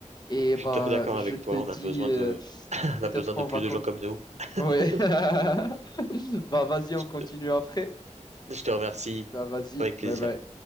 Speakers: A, on the left; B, on the right.
A: Et
B: Je
A: bah,
B: suis tout à fait d'accord
A: je
B: avec
A: te
B: toi.
A: dis,
B: On a besoin
A: euh,
B: de, On
A: peut-être
B: a besoin
A: qu'on
B: de plus
A: va
B: de
A: continuer.
B: gens comme nous. <laughs>
A: Ouais. <laughs> Bah, vas-y,
B: Je
A: on continue
B: te
A: après.
B: je te remercie
A: Bah, vas-y.
B: avec plaisir.
A: Ouais, ouais.